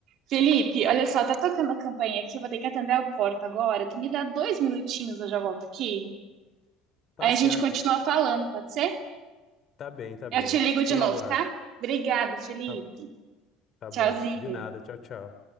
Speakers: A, on the right (about 50°); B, on the left (about 40°).
A: Felipe, olha só, tá tocando a campainha aqui, eu vou ter que atender a porta agora. Tu me dá dois minutinhos, eu já volto aqui.
B: Tá
A: Aí
B: certo.
A: a gente continua falando, pode ser?
B: Tá bem, tá
A: Eu
B: bem.
A: te ligo
B: Fico
A: de novo,
B: no aguardo.
A: tá? Obrigada, Felipe.
B: Tá, tá
A: Tchauzinho.
B: bom. De nada. Tchau, tchau.